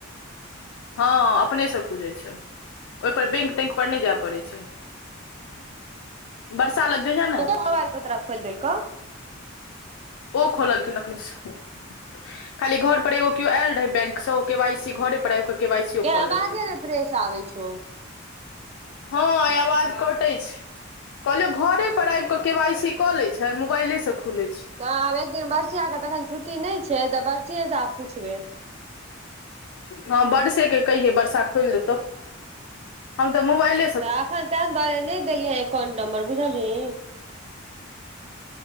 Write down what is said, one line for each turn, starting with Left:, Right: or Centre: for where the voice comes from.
Left: हँ अपनेसँ खुजै छै ओहिपर बैंक तैंक पर नहि जे पड़ै छै बर्षा लग जैहे
Right: <unintelligible> तऽ के मोबाइल पर तोरा खोल देेलकौ
Left: ओ खोललखिन अपने सँ खाली घर पर एगो केओ आयल रहै बैंक सँ ओ के वाई सी घरे पर आबि कऽ के वाई सी ओ
Right: गे
Left: कऽ
Right: आवाज
Left: लेलकै
Right: ने फ्रेश आबइ छो
Left: हँ आवाज कटैत छै कहलियौ घरे पर आबि कऽ केँ वाइ सी कऽ लै छै मोबाइलेसँ खुलैत छै
Right: तऽ आब एक दिन बर्षिया के तऽ अखन छुट्टी नहि छै तऽ बर्षियेसँ आब पुछबै
Left: हँ वर्षेके कहियै वर्षा खोलि देतौ हम तऽ मोबाइले सऽ
Right: तऽ एखन तेऽ दुआरे नहि देलियै एकाउंट नम्बर बुझलहि